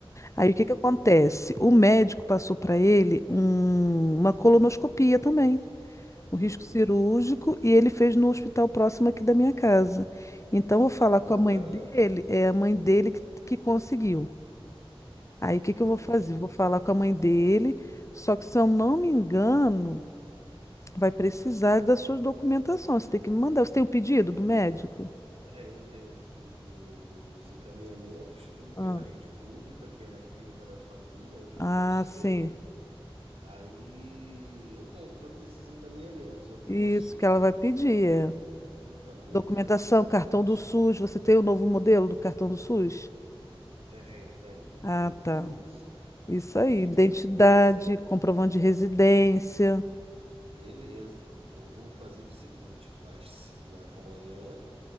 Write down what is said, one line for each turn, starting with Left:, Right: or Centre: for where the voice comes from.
Left: Aí
Right: Uhum.
Left: o que que acontece? O médico passou para ele um- uma colonoscopia também, o risco
Right: É mesmo?
Left: cirúrgico, e ele fez no hospital próximo aqui da minha casa. Então eu vou falar
Right: Ah, que
Left: com
Right: legal.
Left: a mãe dele, é a mãe dele que, que conseguiu. Aí o que que eu vou fazer?
Right: Bom,
Left: Vou falar com a mãe dele, só que se eu não me engano. Vai precisar das suas documentações. Você tem que me mandar. Você tem o pedido do médico?
Right: é, eu tenho aqui os encaminhamentos, tudo
Left: Ah,
Right: pela rede pública, que é na clínica da família, onde
Left: ah,
Right: eu me consultei.
Left: sim.
Right: Aí eu tenho todos esses encaminhamentos. Eu posso.
Left: Isso que ela vai pedir. é.
Right: Então,
Left: Documentação,
Right: eu vou fazer o seguinte:
Left: cartão do SUS. Você tem o novo modelo do cartão do SUS?
Right: tenho, tenho,
Left: Ah,
Right: tem tudo
Left: tá.
Right: isso.
Left: Isso
Right: Então,
Left: aí.
Right: o que
Left: Identidade,
Right: que eu vou fazer?
Left: comprovante de residência.
Right: Beleza, eu vou fazer o seguinte, mas se- ma- amanhã